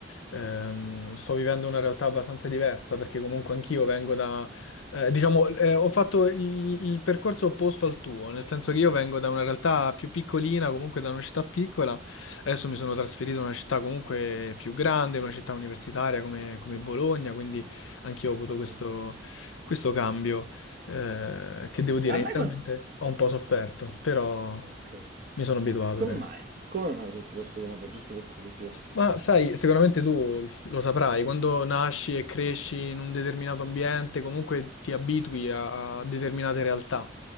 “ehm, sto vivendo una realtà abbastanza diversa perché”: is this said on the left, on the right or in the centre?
Left